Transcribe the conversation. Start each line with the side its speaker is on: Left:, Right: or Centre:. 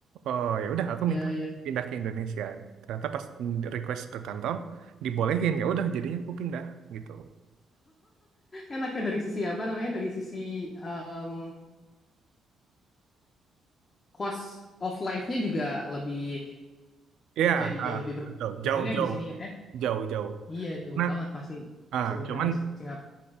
Right: Oh ya udah aku
Left: ya
Right: minta
Left: ya.
Right: pindah ke Indonesia. Ternyata pas request ke kantor dibolehin ya udah jadinya aku pindah gitu.
Left: Enaknya dari sisi apa namanya? Dari sisi em, cost of life-nya juga lebih
Right: Iya,
Left: jadi
Right: ah,
Left: jauh lebih berkurang
Right: betul.
Left: gitu
Right: Jauh
Left: kan ya
Right: jauh
Left: di sini kan ya?
Right: jauh jauh.
Left: Iya jauh
Right: Nah,
Left: banget pasti
Right: ah,
Left: bisa dibilang
Right: cuman
Left: namanya Singapura.